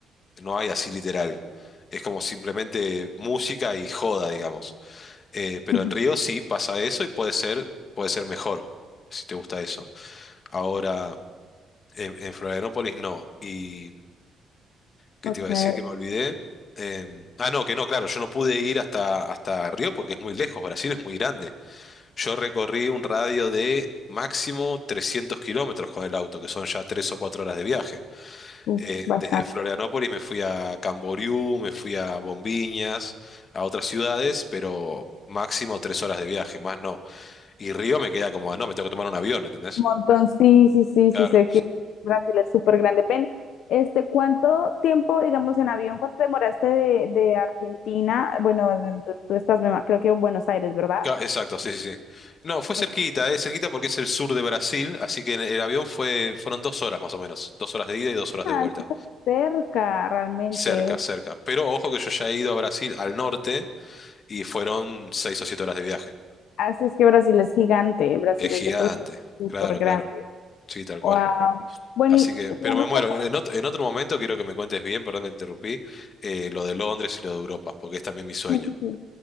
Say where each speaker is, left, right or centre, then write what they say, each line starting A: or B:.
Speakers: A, on the left; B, on the left.
A: No hay así literal. Es como simplemente música y joda, digamos. Eh, pero
B: <laughs>
A: en Río sí pasa eso y puede ser, puede ser mejor, si te gusta eso. Ahora, en, en Florianópolis no. ¿Y qué
B: Okay,
A: te iba a decir que me olvidé? Em, ah, no, que no, claro, yo no pude ir hasta, hasta Río porque es muy lejos, Brasil es muy grande. Yo recorrí un radio de máximo 300 kilómetros con el auto, que son ya 3 o 4 horas de viaje.
B: uf,
A: eh,
B: bastante.
A: desde Florianópolis me fui a Camboriú, me fui a Bombiñas, a otras ciudades, pero máximo tres horas de viaje, más no. Y Río me queda como, ah, no, me tengo que tomar un avión, ¿entendés?
B: Un montón, sí, sí, sí,
A: Claro,
B: sí, sé que Brasil es súper grande. Ven, este, ¿cuánto tiempo, digamos, en avión, cuánto te demoraste de, de Argentina? Bueno, de- de- tú estás, me ima- creo que en Buenos Aires, ¿verdad?
A: Ca- exacto, sí, sí, sí. No, fue cerquita,
B: Ah,
A: eh, cerquita porque es el sur de Brasil, así que en el avión fue, fueron dos horas más o menos, dos horas de ida y dos horas de vuelta.
B: está cerca realmente.
A: Cerca, cerca. Pero ojo que yo ya he ido a Brasil al norte y fueron seis o siete horas de viaje.
B: Así es que Brasil es gigante, Brasil
A: Es gigante,
B: es de por sí súper
A: claro,
B: grande.
A: claro. Sí, tal cual.
B: Wow. Bueno,
A: Así
B: y
A: que, pero
B: digamos
A: me muero.
B: que aparte,
A: En otro, en otro momento quiero que me cuentes bien, perdón, te interrumpí, eh, lo de Londres y lo de Europa, porque es también mi sueño.
B: sí, sí, sí.